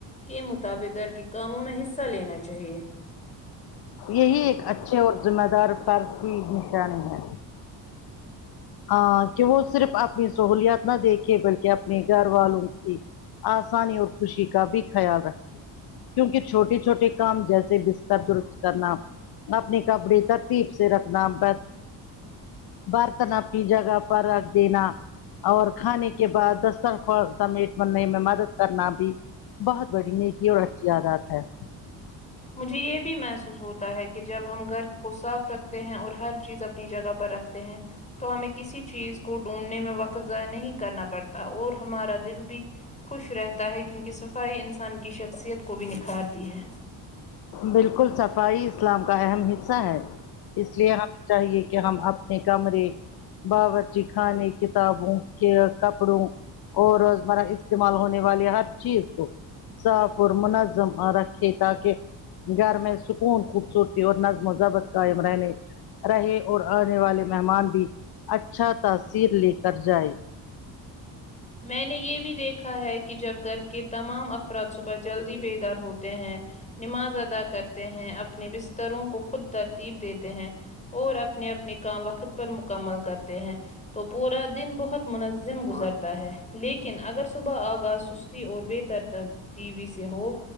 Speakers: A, on the left (about 15°); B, on the left (about 60°).
A: کے مطابق گھر کے کاموں میں حصہ لینا چاہیے
B: یہی ایک اچھے اور ذمہ دار فرد کی نشانی ہے ہاں کہ وہ صرف اپنی سہولیات نہ دیکھے بلکہ اپنے گھر والوں کی آسانی اور خوشی کا بھی خیال رکھے کیونکہ چھوٹے چھوٹے کام جیسے بس سب درست کر نا اپنے کپڑے ترتیب سے رکھنا بر برتن اب نی جگہ پر رکھ دینا اور کھانے کے بعد دسترخوان سمیٹ بننے میں مدد کرنا بھی بہت بڑی نیکی اور اچھی عادات ہے <inaudible>
A: مجھے یہ بھی محسوس ہوتا ہے کہ جب ہم گھر کو صاف رکھتے ہیں اور ہر چیز اپنی جگہ پر رکھتے ہیں تو ہمیں کسی چیز کو ڈھونڈنے میں وقت ضائع نہیں کرنا پڑتا اور ہمارا دل بھی خوش رہتا ہے کیونکہ صفائی انسان کی شخصیت کو بھی نکھارتی ہے
B: بالکل صفائی اسلام کا اہم حصہ ہے اس لیے ہم چاہیے کہ ہم اپنے کمرے باورچی خانے کتابوں کہ کپڑوں اور روزمرہ اس استعمال ہونے والی ہر چیز کو صاف اور منظم رکھے تاکہ گھر میں سکون خوبصورتی اور نظم و ضبط قائم رہے رہے اور آنے والے مہمان بھی اچھا تاثیر لے کر جائے
A: میں نے یہ بھی دیکھا ہے کہ جب گھر کے تمام افراد صبح جلدی بیدار ہوتے ہیں نماز ادا کرتے ہیں اپنے بستروں کو خود ترتیب دیتے ہیں اور اپنے اپنے کام وقت پر مکمل کرتے ہیں تو پورا دن بہت منظم گزرتا ہے لیکن اگر صبح آغاز سس او بےتر ترتیبی سے ہو